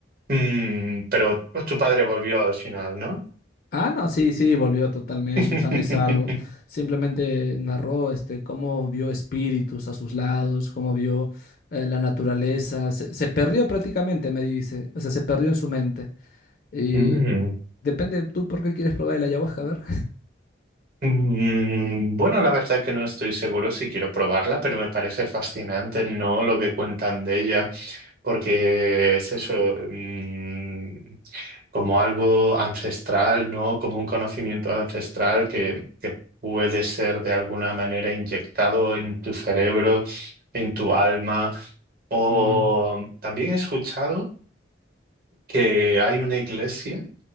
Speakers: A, on the right; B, on the left.
A: mm, pero pues, tu padre volvió al final, ¿no?
B: Ah, no, sí, sí, volvió totalmente
A: <laughs>
B: sano y salvo. Simplemente narró este, cómo vio espíritus a sus lados, cómo vio eh, la naturaleza. Se, se perdió prácticamente, me dice. O sea, se perdió en su mente. Y
A: Mm,
B: depende, ¿tú por qué quieres probar el ayahuasca? A ver.
A: mm, bueno, la verdad que no estoy seguro si quiero probarla, pero me parece fascinante, ¿no? Lo que cuentan de ella, porque es eso, mm, como algo ancestral, ¿no? Como un conocimiento ancestral que, que puede ser de alguna manera inyectado en tu cerebro, en tu alma. O
B: Mm,
A: también he escuchado que hay una iglesia